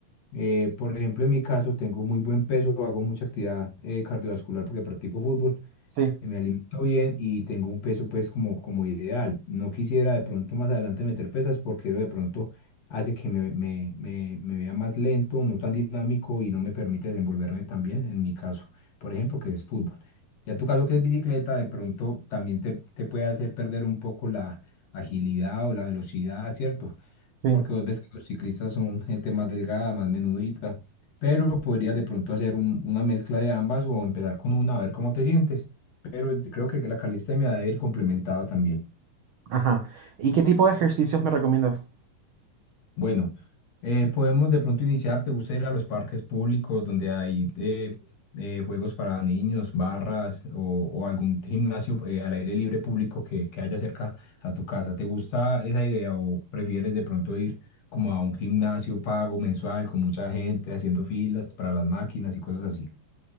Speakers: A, on the left (about 50°); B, on the right (about 80°).
A: eh, por ejemplo, en mi caso, tengo muy buen peso, hago mucha actividad eh, cardiovascular porque practico fútbol
B: sí,
A: me alimento bien y tengo un peso pues como, como ideal. No quisiera de pronto más adelante meter pesas porque eso de pronto hace que me, me, me, me vea más lento, no tan dinámico y no me permite desenvolverme tan bien en mi caso, por ejemplo, que es fútbol. Ya tu caso que es bicicleta, de pronto también te, te puede hacer perder un poco la agilidad o la velocidad, ¿cierto?
B: sí,
A: porque vos ves que los ciclistas son gente más delgada, más menudita, pero podrías de pronto hacer un- una mezcla de ambas o empezar con una a ver cómo te sientes, pero es- creo que la calistenia debe ir complementado también.
B: ajá. ¿Y qué tipo de ejercicios me recomiendas?
A: Bueno, eh, podemos de pronto iniciar, ¿te gusta ir a los parques públicos donde hay eh, eh, juegos para niños, barras o, o algún gimnasio eh, al aire libre público que, que haya cerca a tu casa? ¿Te gusta esa idea o prefieres de pronto ir como a un gimnasio pago mensual con mucha gente haciendo filas para las máquinas y cosas así?